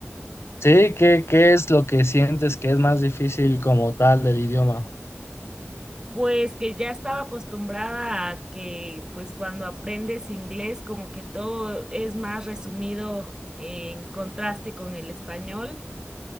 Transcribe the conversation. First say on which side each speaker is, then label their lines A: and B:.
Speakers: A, on the left (about 65°); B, on the right (about 15°).
A: Sí, ¿qué, qué es lo que sientes que es más difícil como tal del idioma?
B: Pues que ya estaba acostumbrada a que pues cuando aprendes inglés como que todo es más resumido en contraste con el español,